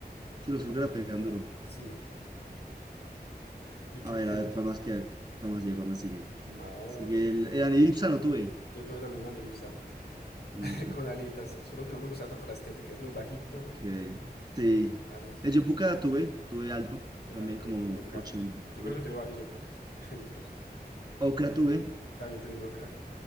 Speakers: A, on the right; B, on the left.
A: Sí, los Surcrack
B: A nivel.
A: pegan
B: Ajá,
A: duro.
B: sí. ¿Y qué,
A: A ver,
B: qué?
A: a
B: más?
A: ver, ¿cuál más queda? ¿Cuál más sigue? ¿Cuál más sigue?
B: Timador,
A: Sigue
B: ¿o qué?
A: el, el Anidipsa no tuve.
B: Yo tuve también una Niripsa
A: Nunca.
B: <laughs> con alitas, solo que no me gustaba tanto la estética. Es muy bajito.
A: Okay. Sí.
B: Alas.
A: El Yopuka tuve. Tuve alto.
B: Yo
A: También
B: también tuve
A: como
B: un Yopuka.
A: ochenta.
B: Yo
A: tuve.
B: creo que tuve varios Yopukas, <laughs> incluso.
A: Okra tuve.
B: También tuve un Okra.